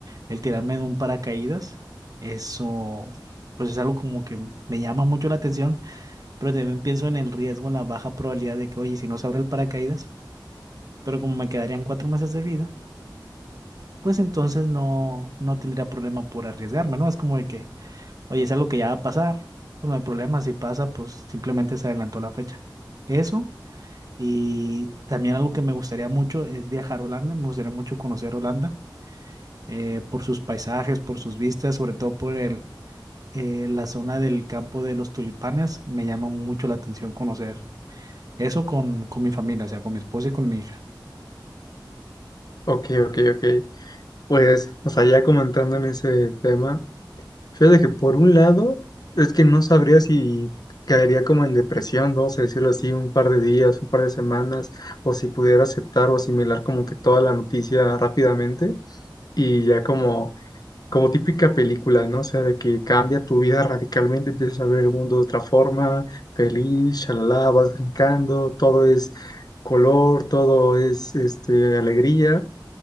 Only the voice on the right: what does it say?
el tirarme de un paracaídas, eso pues es algo como que me llama mucho la atención, pero también pienso en el riesgo, en la baja probabilidad de que, oye, si no se abre el paracaídas, pero como me quedarían cuatro meses de vida, pues entonces no, no tendría problema por arriesgarme, ¿no? Es como de que Oye, es algo que ya va a pasar, pues no hay problema, si pasa, pues simplemente se adelantó la fecha. Eso, y también algo que me gustaría mucho es viajar a Holanda, me gustaría mucho conocer Holanda, eh, por sus paisajes, por sus vistas, sobre todo por el, eh, la zona del campo de los tulipanes, me llama mucho la atención conocer eso con, con mi familia, o sea, con mi esposa y con mi hija.